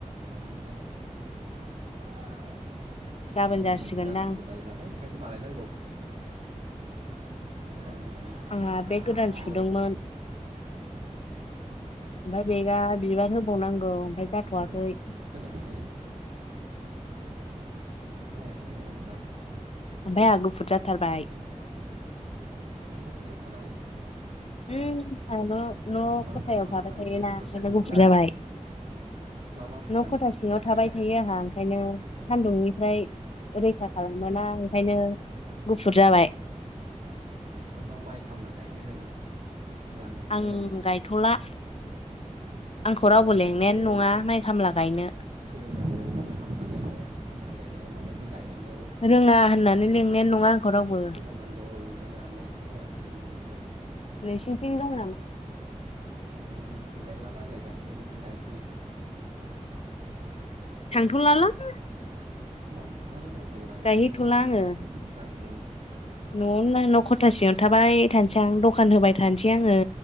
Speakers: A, on the right (about 70°); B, on the left (about 55°).
A: बिदिनो <unintelligible>
B: गाबोन
A: सम
B: जासिगोनदां
A: सम गारजिबो जायो नालाय ओंखायनो बानाय नांगौ। <unintelligible> गोदान गोदान
B: आंहा बेग
A: होबाय
B: गोदान
A: थानांगौ
B: सुदोंमोन। ओमफ्राय बेगा बिबार होबावनांगौ। जाथ'वाखै
A: उम खोनायाखै खोनायाखै आङो मोजां-
B: ओमफाय आहा गुफुद जाथारबाय।
A: नों गफुर जाथारबाय?
B: उम आंहा न' न'
A: मा
B: खथायाव
A: मा फुननानै
B: थाबाय थायोना
A: गुफुर
B: ओंखायनो
A: जाखो नोंलाय
B: गुफुर जाबाय
A: मा मा फुननानै
B: न' खथा
A: गुफुर
B: सिङाव
A: जाखो
B: थाबाय थायो आहा ओंखायनो सान्दुंनिफ्राय रैखा खालाम मोना ओंखायनो- गुफुर जाबाय।
A: फोरनाव माइ खामला गायहै। रां मोनगोन
B: आं गायथ'ला।
A: मानो
B: आंखौ
A: गाया
B: रावबो
A: गायनांगौ
B: लेंनायानो नङा माइ खामला गायनो
A: सोलोंनांगौ माइ खामला गायनो। माइ गायनो माबायदि गायनांगौ
B: रोङा होननानै
A: बेखौ
B: लिंनायानो नङा आंखौ रावबो।
A: सोलोंनांगौ रोङा होननायजों जाया सोलोंनांगौसो।
B: नोंसिनिथिं दं नामा?
A: उम जोंथि मेरला माइ गायगासिनो बिथिं गायफै।
B: थांथ'लालां-
A: मानो थाङा जानांगौ। अ रां
B: गायहैथ'ला
A: मोनगोन
B: आङो
A: रांजों
B: न'आवनो न' खथासेयाव थाबाय थानोसै आं दखान होबाय थानोसै आङो